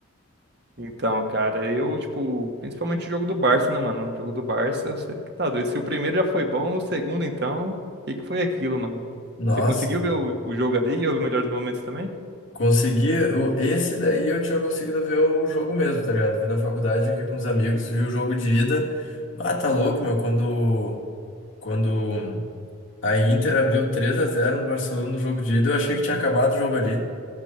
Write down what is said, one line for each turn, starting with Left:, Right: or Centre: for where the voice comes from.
Right: Então, cara, eu, tipo, principalmente o jogo do Barça, né, mano? O jogo do Barça, você que tá doido. Se o primeiro já foi bom, o segundo, então, o que que foi aquilo, mano?
Left: Nossa.
Right: Você conseguiu ver o, o jogo ali e o melhor dos momentos também?
Left: Consegui, o- esse daí eu tinha conseguido ver o jogo mesmo, tá ligado? Vi na faculdade aqui com os amigos, vi o jogo de ida. Ah, tá louco, meu, quando, quando a Inter abriu 3 a zero no Barcelona no jogo de ida, eu achei que tinha acabado o jogo ali.